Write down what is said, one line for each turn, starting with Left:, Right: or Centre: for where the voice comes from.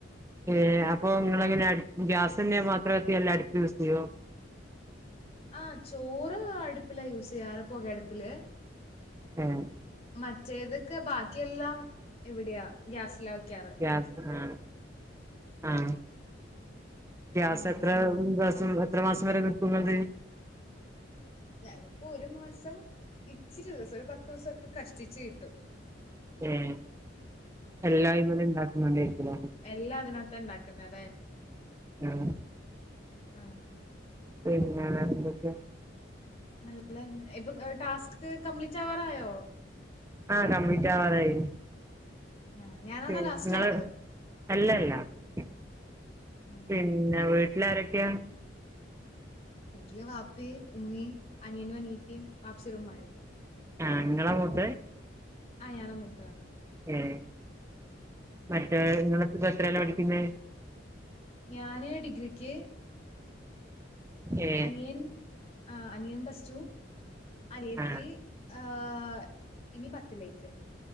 Right: ഏഹ് അപ്പൊ നിങ്ങളങ്ങനെ അടുപ്പും ഗ്യാസന്നെ മാത്രം അല്ല അടുപ്പ് യൂസ് ചെയ്യോ
Left: ആഹ് ചോറ് അടുപ്പിലാ യൂസയ്യാറ് പോക അടുപ്പില്
Right: ഏഹ്
Left: മറ്റേതൊക്കെ ബാക്കിയെല്ലാം ഇവിടെയാ ഗ്യാസില വയ്ക്കാറ്
Right: ഗ്യാസ് ആഹ് ആ ഗ്യാസ്
Left: ഉം
Right: എത്ര ദിവസം എത്ര മാസം വരെ നിക്കും ഇങ്ങൾത്
Left: ഞങ്ങക്ക് ഒരു മാസം ഇച്ചിരി ദിവസം ഒരു പത്തൂസൊക്കെ കഷ്ടിച്ചു കിട്ടും
Right: ഏഹ് എല്ലാഅയ്മല് ഇണ്ടാക്കുന്നണ്ടരികുലേ
Left: എല്ലാ അതിനകത്ത ഇണ്ടാക്കുന്ന അതെ
Right: ആഹ്
Left: ആഹ്
Right: പിന്നെ വേറെന്തൊക്കെയാ
Left: നല്ലന്നെ ഇപ്പൊ ക് ടാസ്ക് കംമ്പ്ലീറ്റാവാറായോ
Right: ആഹ് കംമ്പ്ലീറ്റാവാറായി
Left: ആഹ് ഞാനാണോ
Right: ഉം
Left: ലാസ്റ്റ്
Right: ഇങ്ങളെ
Left: ആള്?
Right: അല്ലല്ല പി
Left: ആഹ്
Right: പിന്നെ വീട്ടിലാരൊക്കെയാ
Left: വീട്ടില് വാപ്പി ഉമ്മീ അനിയനും അനിയതിം വാപ്പ്ച്ചീടെ ഉമ്മായും.
Right: ആഹ് ങ്ങളാ മൂത്തത്
Left: ആഹ് ഞാന മൂത്താള്
Right: ഏഹ് മറ്റേലൊ
Left: ഉം
Right: ഇങ്ങള ഇപ്പ എത്രയല്ല പഠിക്കുന്നത്
Left: ഞാന് ഡിഗ്രിക്ക്
Right: ഏ
Left: അനിയൻ ആഹ് അനിയൻ പ്ലസ്ടു അനിയത്തി
Right: ആ
Left: ആഹ് ആഹ് ഇനി പത്തിലേക്ക്